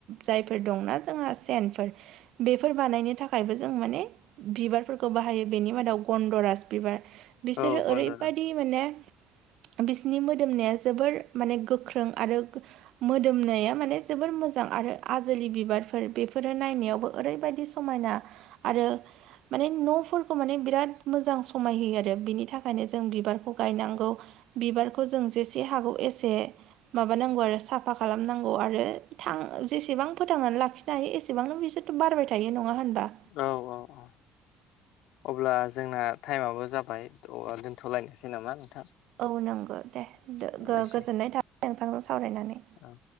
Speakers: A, on the right (about 65°); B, on the left (about 70°).
A: जायफोर दंना जोंहा सेनफोर बेफोर बानायनो थाखायबो जों माने बिबारफोरखौ बाहायो बेनि मादाव गन्दराज बिबार बिसोरो
B: औ गन्दर
A: ओरैबायदि माने बिसिनि मोदोमनाया जोबोर माने गोख्रों आरो मोदोमनाया माने जोबोर मोजां आरो आजोलि बिबारफोर बेफोरो नायावबो ओरैबायदि सम समायना आरो माने न'फोरखौ माने बिराद मोजां समाय होयो आरो आरो बिनि थाखायनो जों बिबारखौ गायनांगौ बिबारखौ जों जेसे हागौ एसे माबानांगौ आरो साफा खालामनांगौ आरो थां जेसेबां फोथांनानै लाखिनो हायो एसेबांनो बिसोरथ' बारबाय थायो नङा होनबा
B: औ औ औ अब्ला जोंना टाइमाबो जाबाय दोन्थ'लायनोसै नामा नोंथां
A: औ नंगौ दे
B: हामबायसै
A: गोजोननाय थाबाय नोंथांजों सावरायनानै
B: औ